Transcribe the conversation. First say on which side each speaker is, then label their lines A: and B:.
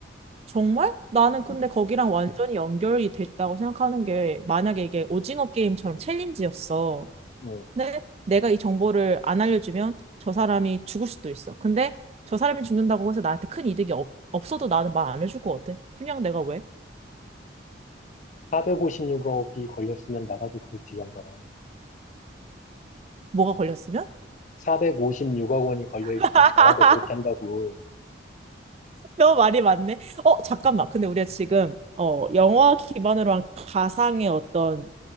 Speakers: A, on the right; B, on the left.
A: 정말? 나는 근데
B: 음.
A: 거기랑 완전히 연결이 됐다고 생각하는 게, 만약에 이게 오징어 게임처럼 챌린지였어.
B: 응.
A: 근데 내가 이 정보를 안 알려주면 저 사람이 죽을 수도 있어. 근데 저 사람이 죽는다고 해서 나한테 큰 이득이 없, 없어도 나는 말 안 해줄 것 같아. 그냥 내가 왜?
B: 백 456억이 걸렸으면 나라도 그렇지, 이 양반아.
A: 뭐가 걸렸으면?
B: 456억 원이 걸려있으면
A: <laughs>
B: 나라도 그렇게 한다고.
A: 너무 말이 많네. 어, 잠깐만. 근데 우리가 지금 어, 영화 기반으로 한 가상의 어떤